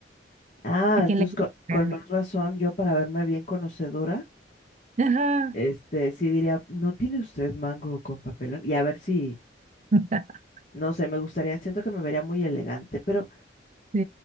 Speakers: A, on the left; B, on the right.
A: Ah,
B: ¿A quién
A: entonces
B: le gusta
A: co- con,
B: realmente?
A: más razón, yo para verme bien conocedora,
B: Ajá.
A: este, sí diría, ¿no tiene usted mango con papelón? Y a ver si,
B: <laughs>
A: no sé, me gustaría, siento que me vería muy elegante, pero
B: Sí,